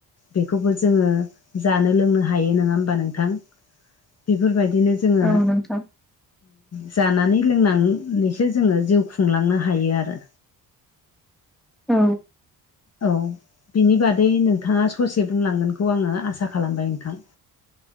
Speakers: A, on the left; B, in the centre.
A: बेखौबो जोङो जानो लोंनो हायो नङा होनबा नोंथां बेफोरबादिनो जोङो।
B: औ नोंथां
A: जानानै लोंनानैसो जोङो जिउ खुंलांनो हायो आरो।
B: औ।
A: औ बिनि बादै नोंथाङा ससे बुंलांगोनखौ आङो आसा खालामबाय नोंथां।